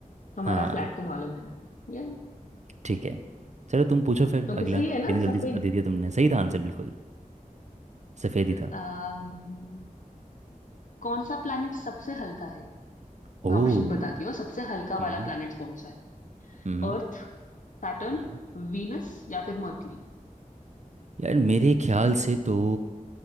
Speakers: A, on the left; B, on the right.
A: हमारा
B: हाँ
A: फ्लैग तो मालूम है ना हमें या
B: ठीक है चलो तुम पूछो फिर
A: ओके
B: अगला
A: सही है ना
B: इतनी जल्दी
A: सफेद
B: से दे दिया तुमने सही था आंसर बिल्कुल सफ़ेद ही था
A: अम, कौन सा प्लैनेट सबसे हल्का है
B: ओह
A: मैं ऑप्शन बताती हूँ सबसे हल्का
B: हम्म
A: वाला प्लैनेट कौन सा है
B: हम्म
A: अर्थ सैटर्न
B: हम्म।
A: वीनस या फिर मर्क्यूरी
B: यार मेरे ख्याल से तो